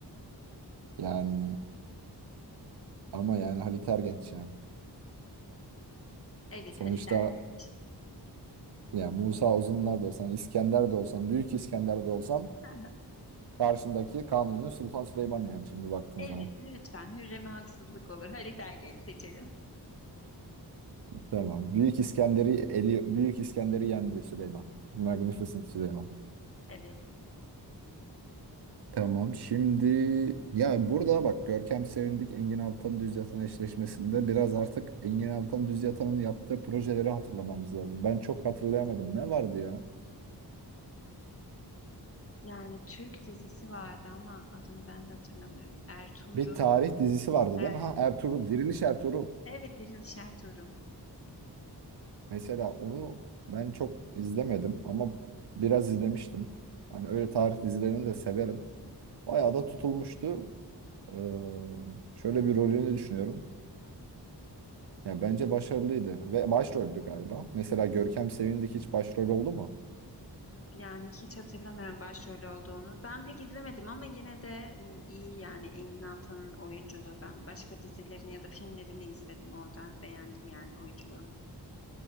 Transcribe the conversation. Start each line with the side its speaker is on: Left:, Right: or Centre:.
Right: yani ama yani Halit Ergenç yani.
Left: Evet
Right: Sonuçta
Left: Halit Ergenç.
Right: yani Musa Uzunlar da olsan, İskender de olsan, Büyük İskender de olsan
Left: <laughs>
Right: karşındaki Kanuni Sultan Süleyman yani şimdi baktığın
Left: Evet
Right: zaman.
Left: lütfen Hürrem'e haksızlık olur. Halit Ergenç seçelim.
Right: Tamam. Büyük İskender'i eli Büyük İskender'i yendi Süleyman. Magnificent Süleyman.
Left: Evet.
Right: Tamam. Şimdi ya burada bak Görkem Sevindik Engin Altan Düz Yatan eşleşmesinde biraz artık Engin Altan Düz Yatan'ın yaptığı projeleri hatırlamamız lazım. Ben çok hatırlayamadım. Ne vardı ya?
Left: Yani Türk dizisi vardı ama adını ben de hatırlamıyorum. Ertuğrul.
Right: Bir tarih dizisi vardı
Left: Er
Right: değil mi? Ha Ertuğrul, Diriliş Ertuğrul.
Left: evet Diriliş Ertuğrul.
Right: Mesela onu ben çok izlemedim ama biraz izlemiştim. Hani öyle tarih dizilerini de severim. Bayağı da tutulmuştu. Ee, şöyle bir rolünü düşünüyorum. Ya bence başarılıydı ve başroldü galiba. Mesela Görkem Sevindik hiç başrol oldu mu?
Left: Yani hiç hatırlamıyorum başrolü olduğunu. Ben pek izlemedim ama yine de m, iyi yani Engin Altan'ın oyunculuğu. Ben başka dizilerini ya da filmlerini izledim orada. Beğendim yani oyunculuğunu.